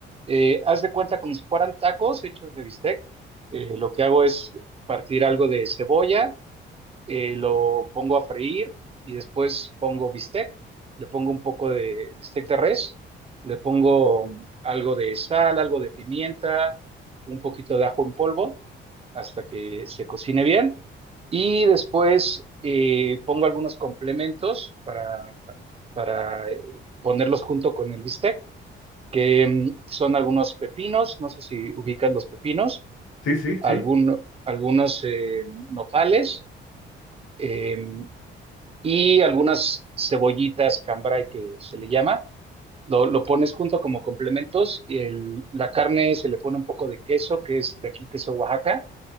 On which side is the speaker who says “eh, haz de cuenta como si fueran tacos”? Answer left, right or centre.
Right